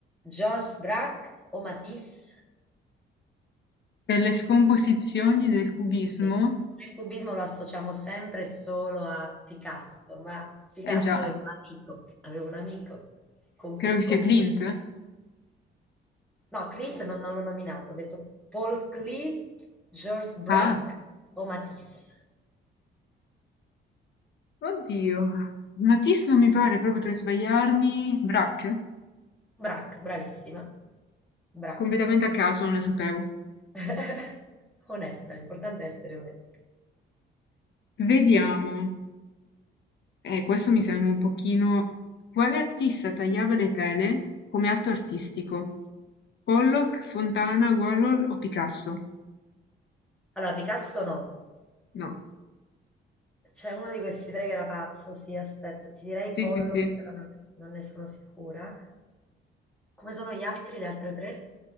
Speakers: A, in the centre; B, on the left.
A: Georges Braque o Matisse?
B: per le scomposizioni del cubismo,
A: Sì. Noi Il cubismo lo associamo sempre e solo a Picasso, ma Picasso
B: eh già,
A: aveva un amico, aveva un amico con
B: credo
A: cui scomparve.
B: che sia Clint.
A: No, Clint non, non l'ho nominato, ho detto Paul Klee, Georges Braque
B: Ah,
A: o Matisse.
B: oddio. Matisse non mi pare, proprio potrei sbagliarmi. Braque?
A: Braque, bravissima. Braque.
B: Completamente a caso, non lo sapevo.
A: <laughs> Onesta, l'importante è essere onesti.
B: Vediamo. Eh, questo mi sembra un pochino... Quale artista tagliava le tele come atto artistico? Pollock, Fontana, Warhol o Picasso?
A: Allora, Picasso no.
B: No.
A: C'è uno di questi tre che era pazzo, sì, aspetta, ti direi
B: Sì,
A: Pollock,
B: sì, sì.
A: però non non ne sono sicura. Come sono gli altri, le altre tre?